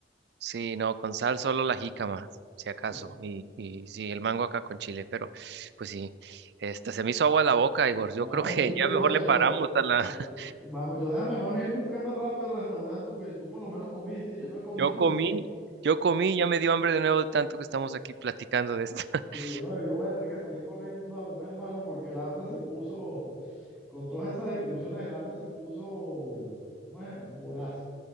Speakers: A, on the right; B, in the centre.
A: Sí, no, con sal solo la jícama, si
B: <laughs>
A: acaso. Y, y sí, el mango acá con chile, pero pues sí, esta se me hizo agua la boca, Igor. Yo
B: No,
A: creo que
B: sí, sí,
A: ya mejor
B: no, ya
A: le
B: yo,
A: paramos a la.
B: ya-
A: <laughs>
B: vamos, yo déjame más bien búscame rápido el restaurante porque tú por lo menos comiste y yo no he comido,
A: Yo comí,
B: así
A: yo comí, ya me dio hambre de nuevo de tanto que estamos aquí platicando de esto. <laughs>
B: que sí, no, yo voy a tener que salir corriendo a comer, hermano, porque el hambre se puso Con todas esas descripciones, el hambre se puso, ¿cómo es? Voraz.